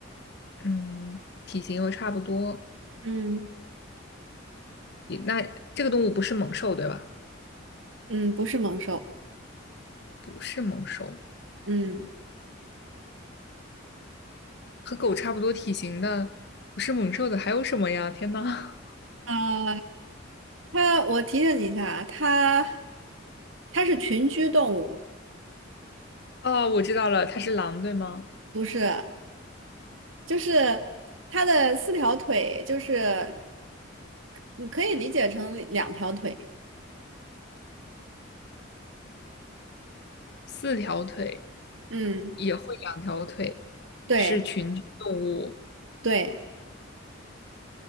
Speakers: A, on the left; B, on the right.
A: 嗯，体型又差不多，
B: 嗯。
A: 也那这个动物不是猛兽，对吧？
B: 嗯，不是猛兽，
A: 不是猛兽，
B: 嗯，
A: 和狗差不多体型的，不是猛兽的还有什么呀？天呐！
B: 呃，它，我提醒你一下啊它它是群居动物，
A: 哦，我知道了，它是狼，对吗？
B: 不是，就是它的四条腿，就是你可以理解成两条腿，
A: 四条腿
B: 嗯，
A: 也会两条腿，
B: 对
A: 是群居动物。
B: 对，